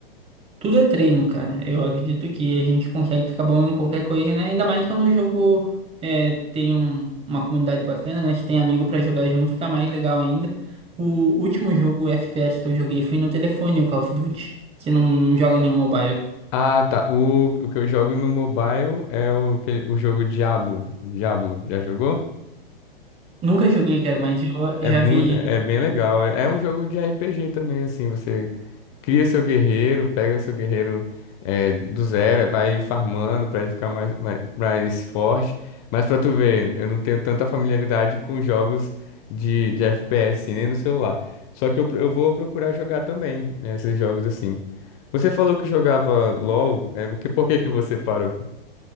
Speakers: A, on the right; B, on the left.
A: Tudo é treino, cara. Eu acredito que a gente consegue ficar bom em qualquer coisa, né? Ainda mais quando o jogo é, tem um- uma comunidade bacana, né? Que tem amigo pra jogar junto, fica mais legal ainda. O último jogo FPS que eu joguei foi no telefone, o Call of Duty, que não, não joga nenhum mobile.
B: Ah, tá. O, o que eu jogo no mobile é o, aquele- o jogo Diablo. Diablo, já jogou?
A: Nunca joguei, cara, mas eu
B: É,
A: já
B: mu-
A: vi
B: é bem legal. É um jogo de RPG também, assim. Você cria seu guerreiro, pega seu guerreiro é, do zero, vai farmando pra ele ficar mais, mais, mais forte. Mas pra tu ver, eu não tenho tanta familiaridade com jogos de, de FPS, assim, nem no celular. Só que eu, pro- eu vou procurar jogar também né, esses jogos assim. Você falou que jogava LOL, é, que, por que que você parou?